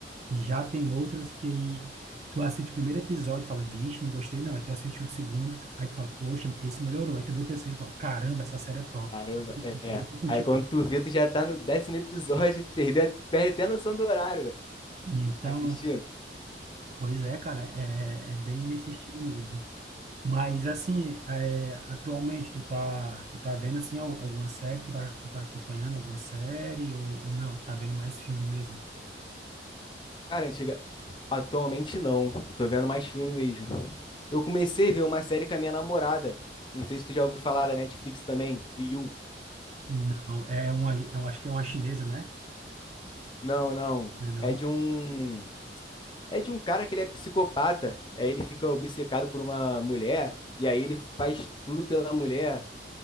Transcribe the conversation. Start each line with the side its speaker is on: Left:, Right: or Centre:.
Right: E já tem outras que aí tu assiste o primeiro episódio e fala, vixe, não gostei não. Aí tu assiste o segundo, aí tu fala, poxa, esse melhorou. Aí tu vê o terceiro e fala, caramba, essa série é top.
Left: Caramba,
Right: Tá vendo?
Left: é.
Right: Tá vendo que continua.
Left: Aí quando tu vê, tu já tá no décimo episódio, <laughs> perde, perde até a noção do horário, né?
Right: Então,
Left: assistindo.
Right: pois é, cara, é, é bem nesse estilo mesmo. Mas assim, é, atualmente tu tá, tu tá vendo assim al- alguma série, tu tá, tu tá acompanhando alguma série ou, ou não? Tu tá vendo mais filme mesmo?
Left: Cara, antiga, atualmente não. Eu tô vendo mais filme mesmo. Eu comecei a ver uma série com a minha namorada. Não sei se tu já ouviu falar da Netflix também. You.
Right: Não, é uma, eu acho que é uma chinesa, né?
Left: Não, não.
Right: Não é não?
Left: É de um. É de um cara que ele é psicopata. Aí ele fica obcecado por uma mulher. E aí ele faz tudo pela mulher.